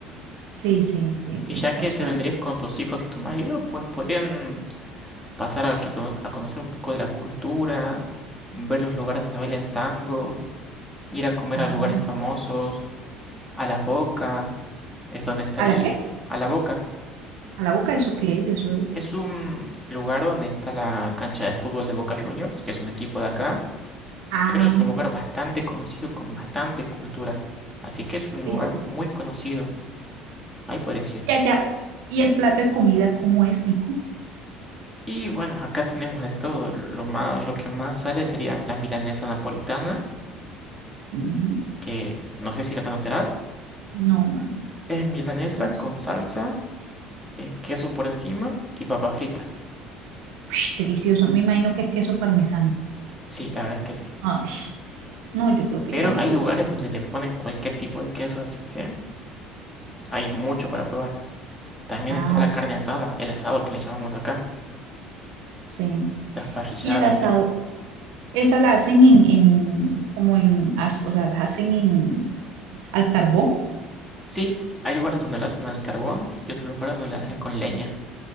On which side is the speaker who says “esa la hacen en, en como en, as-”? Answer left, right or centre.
Right